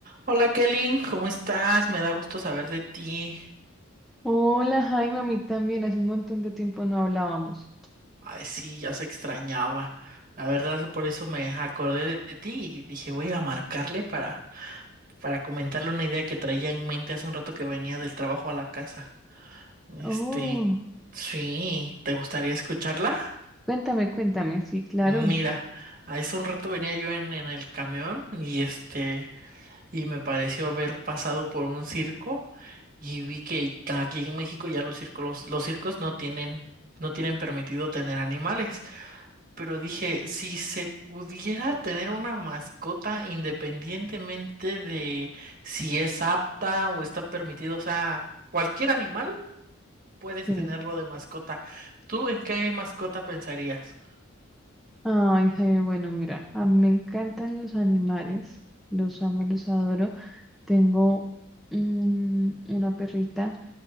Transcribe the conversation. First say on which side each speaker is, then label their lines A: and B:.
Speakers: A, on the right; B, in the centre.
A: Hola Kelly, ¿cómo estás? Me da gusto saber de ti.
B: Hola Jaime, a mí también, hace un montón de tiempo no hablábamos.
A: Ay, sí, ya se extrañaba. La verdad, por eso me acordé de de ti y dije, voy a marcarle para, para comentarle una idea que traía en mente hace un rato que venía del trabajo a la casa. Este,
B: Oh,
A: sí, ¿te gustaría escucharla?
B: cuéntame, cuéntame, sí, claro.
A: Mira, hace un rato venía yo en, en el camión y este, y me pareció haber pasado por un circo y vi que aquí en México ya los circos, los, los circos no tienen, no tienen permitido tener animales. Pero dije, si se pudiera tener una mascota independientemente de si es apta o está permitido, o sea, cualquier animal puedes
B: Sí.
A: tenerlo de mascota. ¿Tú en qué mascota pensarías?
B: Ay, Jaime, bueno, mira, a mí me encantan los animales, los amo, los adoro. Tengo un- una perrita,